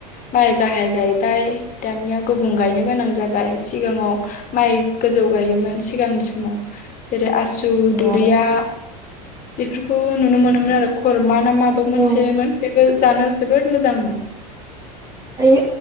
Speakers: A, on the left; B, on the right.
A: माइ गाहाय गायबाय दानिया गुबुं गायनो गोनां जाबाय सिगाङाव माइ गोजौ गायोमोन सिगांनि समाव जेरै आसु दुरिया
B: आरो
A: बेफोरखौ नुनो मोनोमोन आरो खरमा ना माबो मोनसेमोन
B: औ
A: बेबो जानो जोबोद मोजांमोन।
B: ओइ